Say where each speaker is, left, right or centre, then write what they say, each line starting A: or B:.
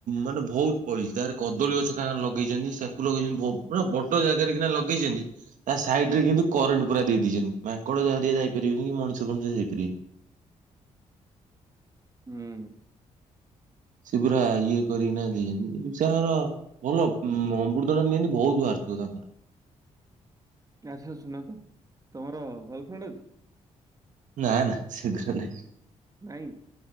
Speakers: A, on the right; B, on the right.
A: ମାନେ ବହୁତ ଫଳିଛି ତାର କଦଳୀ ଗଛ କା ଲଗେଇଛନ୍ତି ସାକୁ ଲଗେଇଛନ୍ତି ପୁରା ବଡ ଜାଗାରେ କି ଲଗେଇ ଚନ୍ତି ତା ସାଇଡ ରେ କିନ୍ତୁ କରେଣ୍ଟ ପୁରା ଦେଇେ ଦେଇଛନ୍ତି ମାଙ୍କଡରିଆ ଯାଇପାରିବେନି କି ମଣିଷ ମଧ୍ଯ ଯାଇପାରିବେନି
B: ହୁଁ
A: ସେ ପୁରା ଇଏ କରିକିନା ଦେଇଚନ୍ତି ତାଙ୍କର ଭଲ ଅମୃତ ଭଣ୍ଡା ନିହାତି ବହୁତ ବାହାରି ଵ ତାଙ୍କର
B: ଆଛ ଶୁନ ତ ତମର ଗାର୍ଲଫ୍ରେଣ୍ଡ ଅଛି
A: ନା ନା ସେଗୁଡା ନାହିଁ
B: ନାଇଁ